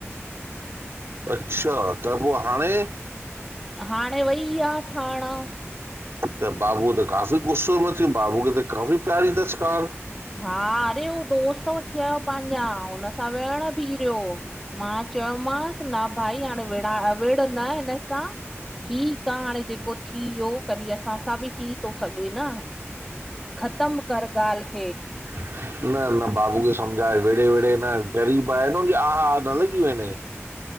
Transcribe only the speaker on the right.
अच्छा, त पो हाणें?
त बाबू त काफ़ी गुस्सो में थी, बाबूअ खे त काफ़ी प्यारी तसि कार
ह <inaudible> न न बाबू खे सम्झाए विड़े- विड़े न ग़रीब आहे न हुन्जी आह- आह न लॻी वंञें